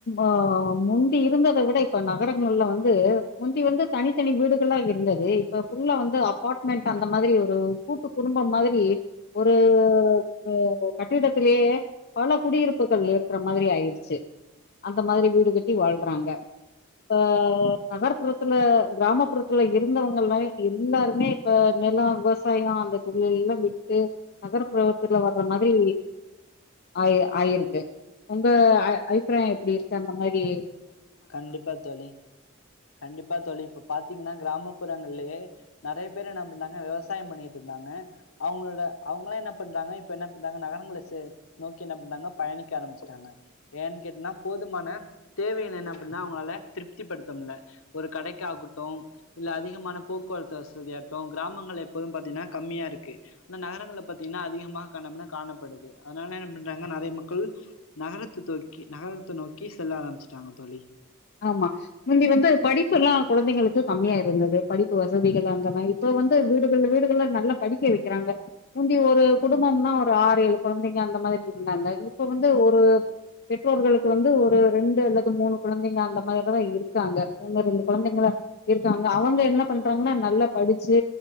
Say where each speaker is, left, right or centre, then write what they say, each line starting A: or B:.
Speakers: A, on the left (about 50°); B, on the left (about 70°).
A: ஆஹ முந்தி இருந்ததை விட இப்ப நகரங்கள்ல வந்து முந்தி வந்து தனித்தனி வீடுகளாம் இருந்தது ஃபுல்லா வந்து அப்பார்ட்மெண்ட் அந்த மாதிரி ஒரு கூட்டு குடும்பம் மாதிரி ஒரு உ கட்டிடத்திலயே பல குடியிருப்புகள் ஏற்ற மாதிரி ஆயிருச்சு அந்த மாதிரி வீடு கட்டி வாழ்றாங்க இப்ப நகர்ப்புறத்துல கிராமப்புறத்துல இருந்தவங்கல்லாம் எல்லாருமே இப்ப நிலம் விவசாயம் அந்த தொழில் எல்லாம் விட்டு நகர்ப்புறத்துல வர்ற மாதிரி ஆயி ஆயிருக்கு உங்க அ அபிப்பிராயம் எப்டி இருக்கு அந்த மாதிரி
B: கண்டிப்பா தோழி கண்டிப்பா தோழி இப்ப பாத்தீங்கன்னா கிராமப்புறங்கலேயே நிறைய பேர் என்ன பண்றாங்க விவசாயம் பண்ணிட்டு இருந்தாங்க அவுங்களோட அவுங்களாம் என்ன பண்றாங்க இப்ப என்ன பண்றாங்க நகரங்களை நோக்கி என்ன பண்றாங்க பயணிக்க ஆரம்பிச்சட்டாங்க ஏன்னு கேட்டின்னா போதுமான தேவைகள் என்ன பண்ணா அவுங்களால திருப்தி படுத்தமுடில ஒரு கடைக்காகட்டும் இல்ல அதிகமான போக்குவரத்து வசதியாகட்டும் கிராமங்கள் எப்போதும் பாரத்தீங்கன்னா கம்மியா இருக்கு ஆனா நகரங்கள்ல பாரத்தீங்கன்னா அதிகமாக காணப்ப காணப்படுது அதனால என்ன பண்றாங்க நிறைய மக்கள் நகரத்தை தூக்கி நகரத்தை நோக்கி செல்ல ஆரம்பிச்சுட்டாங்க தோழி
A: ஆமா முந்தி வந்து படிப்பு எல்லாம் குழந்தைங்களுக்கு கம்மியா இருந்தது படிப்பு வசதிகள் அந்த மாதிரி இப்ப வந்து வீடுகள் வீடுகள் நல்லா படிக்க வைக்கிறாங்க முந்தி ஒரு குடும்பம்னா ஒரு ஆறு ஏழு குழந்தைங்க அந்த மாதிரி இருந்தாங்க இப்ப வந்து ஒரு பெற்றோர்களுக்கு வந்து ஒரு ரெண்டு அல்லது மூணு குழந்தைங்க அந்த மாதிரி இருக்காங்க ஒண்ணு ரெண்டு குழந்தைங்க தான் இருக்காருங்க அவுங்க என்ன பண்றாங்கன்னா நல்லா படிச்சு